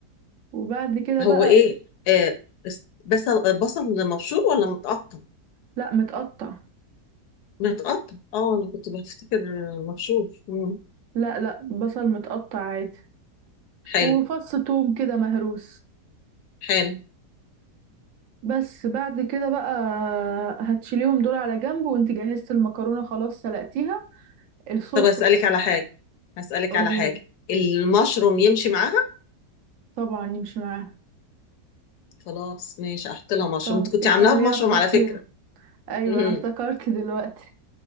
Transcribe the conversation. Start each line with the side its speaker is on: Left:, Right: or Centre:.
Right: وبعد كده
Left: هو
Right: بقى
Left: ايه آه. بس بس البصل مبشور ولا متقطع
Right: لا متقطع
Left: متقطع اه انا كنت بفتكر مبشور مم.
Right: لا لا بصل متقطع عادي
Left: حلو
Right: وفص توم كده مهروس
Left: حلو
Right: بس بعد كده بقى هتشيليهم دول على جنب وانت جهزت المكرونة خلاص سلقتيها الصوص
Left: طب اسالك
Right: بقى
Left: على حاجه اسالك
Right: قوليلي
Left: على حاجه المشروم يمشي معاها
Right: طبعا يمشي معاها
Left: خلاص ماشي احط لها مشروم
Right: طب
Left: انت كنت
Right: يخليها
Left: عاملاها بمشروم
Right: خطيرة
Left: على فكره
Right: ايوه
Left: مم.
Right: انا افتكرت دلوقتي